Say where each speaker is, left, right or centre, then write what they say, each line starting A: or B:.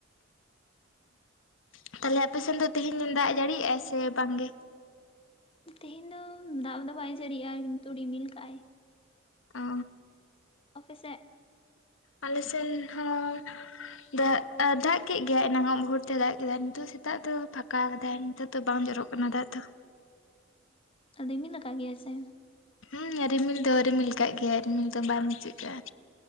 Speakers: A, on the left; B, on the left.
A: ᱚ ᱛᱟᱦᱞᱮ ᱟᱯᱮ ᱥᱮᱱ ᱫᱚ ᱛᱮᱦᱮᱧ ᱫᱟᱜ ᱡᱟᱹᱲᱤᱭᱮᱫᱼᱟ ᱥᱮ ᱵᱟᱝ ᱜᱮ?
B: ᱛᱮᱦᱮᱧ ᱫᱚ ᱫᱟᱜ ᱫᱚ ᱵᱟᱭ ᱡᱟᱹᱲᱤᱜᱼᱟ ᱠᱤᱱᱛᱩ ᱨᱤᱢᱤᱞ ᱠᱟᱜᱼᱟᱭ᱾
A: ᱚ᱾
B: ᱟᱯᱮ ᱥᱮᱫ
A: ᱟᱞᱮ ᱥᱮᱱ ᱦᱚᱸ ᱟᱜ ᱫᱟᱜ ᱠᱮᱫ ᱜᱮᱭᱟᱭ ᱮᱱᱟᱝ ᱟᱜ ᱢᱩᱦᱩᱨᱛᱮ ᱫᱟᱜ ᱠᱮᱫᱟᱭ ᱱᱤᱛᱚᱜ ᱥᱮᱛᱟᱜ ᱫᱚ ᱯᱷᱟᱸᱠᱟ ᱠᱟᱫᱟᱭ, ᱱᱤᱛᱚ ᱵᱟᱝ ᱡᱚᱨᱚᱜ ᱠᱟᱱᱟ ᱫᱟᱜ ᱫᱚ᱾
B: ᱚ ᱨᱤᱢᱤᱞ ᱟᱠᱟᱫ ᱜᱮᱭᱟᱭ ᱥᱮ?
A: ᱦᱮᱸ ᱨᱤᱢᱤᱞ ᱫᱚ ᱨᱤᱢᱤᱞ ᱠᱟᱜ ᱜᱮᱭᱟ ᱨᱤᱢᱤᱞ ᱫᱚ ᱵᱟᱝ ᱵᱩᱡᱷᱟᱹᱜ ᱠᱟᱱᱟ᱾